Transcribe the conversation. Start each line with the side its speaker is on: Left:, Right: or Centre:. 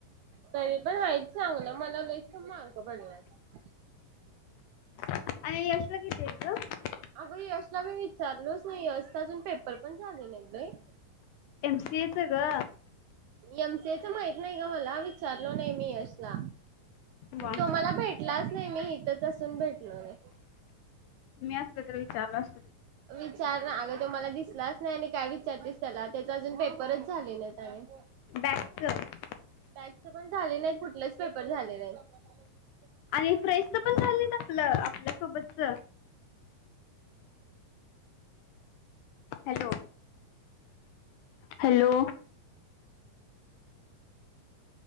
Right: तरी पण आहित चांगल मला लईच कमी मार्क पडल्यात.
Left: आणि यश ला किती आहेत ग.
Right: अगं यशला मी विचारलोच नाही यशचा अजून पेपर पण झाले नाही बाई.
Left: एमसीए च ग.
Right: एमसिए माहित नाही का मला विचारलो नाही मी यशला.
Left: वा
Right: तो मला भेटलाच नाही मी इथ तसून भेटलो नई.
Left: मी असते तर विचारलं अस.
Right: विचार ना अगं तोमला दिसलास. नाही नाही का त्याला त्याचा अजून पेपरच झाले ना त्या
Left: बॅगच
Right: पण झाले नाहीत कुठलेच पेपर झाले नाहीत
Left: आणि फ्रेशच पण झालं ना आपलं आपल्यासोबतच hello hello